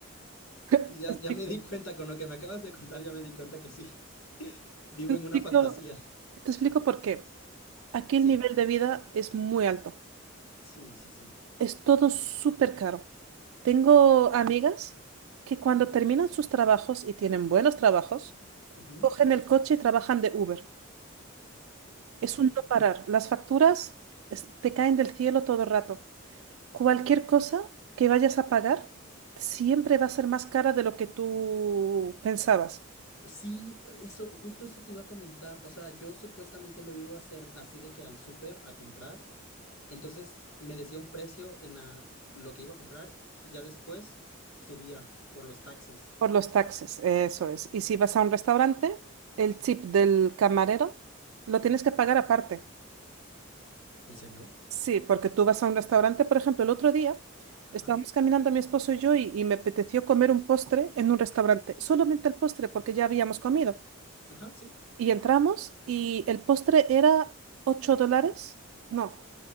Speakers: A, on the left; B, on the right.
A: Ya,
B: Te explico,
A: ya me di cuenta, con lo que me acabas de contar, ya me di cuenta que sí, vivo
B: te
A: en
B: explico,
A: una fantasía.
B: te explico por qué. Aquí
A: Sí,
B: el nivel de vida es muy alto.
A: sí, sí, sí.
B: Es todo súper caro. Tengo amigas que cuando terminan sus trabajos y tienen buenos trabajos,
A: Ujú.
B: cogen el coche y trabajan de Uber. Es
A: Oh,
B: un no parar. Las facturas es- te caen del cielo todo el rato. Cualquier cosa que vayas a pagar siempre va a ser más cara de lo que tú pensabas.
A: sí, eso, justo eso te iba a comentar. O sea, yo supuestamente luego iba a hacer así de que al súper a comprar. Entonces me decía un precio en la lo que iba a comprar y ya después subía por los taxes.
B: Por los taxes, eso es. Y si vas a un restaurante, el chip del camarero lo tienes que pagar aparte.
A: ¿En serio?
B: Sí, porque tú vas a un restaurante, por ejemplo, el otro día
A: Ajá.
B: estábamos caminando mi esposo y yo y, y me apeteció comer un postre en un restaurante, solamente el postre porque ya habíamos comido.
A: Ajá, sí.
B: Y entramos y el postre era 8 dólares, no,